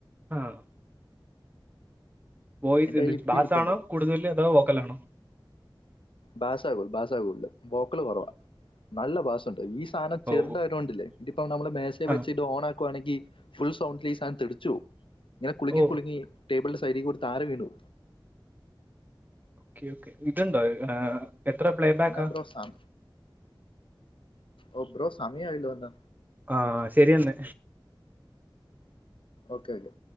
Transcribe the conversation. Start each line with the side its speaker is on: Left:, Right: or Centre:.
Right: ആഹ വോയിസ്
Left: എന്റെ
Right: ഉണ്ട്
Left: കയ്യിൽ ഇപ്പം
Right: ബാസ്
Left: ഇരിപ്പുണ്ട്
Right: ആണോ കൂടുതല് അതോ വോക്കലാണോ
Left: ബാസ കൂ ബാസാ കൂടുതൽ വോക്കൽ കുറവാ നല്ല ബാസ്ണ്ട് ഈ സാധനം ചെറുതായിതുകൊണ്ടില്ലേ
Right: ഓ ഓ.
Left: ഇതിപ്പോ നമ്മള് മേശേൽ
Right: ആ
Left: വച്ച് ഇത് ഓണാക്കുവാണെങ്കി ഫുൾ സൗണ്ടിൽ ഈ സാധനം തെടിച്ചു പോവും. ഇങ്ങനെ കുളുങ്ങി
Right: ഓ
Left: കുളുങ്ങി ടേബിളിന്റെ സൈഡീക്കൂടെ താര വീണു.
Right: Okay okay ഇത്ണ്ടോ? ഏഹ് എത്ര പ്ലേ ബാക്കാ
Left: എന്നാ ബ്രോ സം. ഓഹ് ബ്രോ സമയമായില്ലോന്നാ
Right: ആഹ് ശരിയെന്ന്
Left: ഓക്കെ ഓക്കെ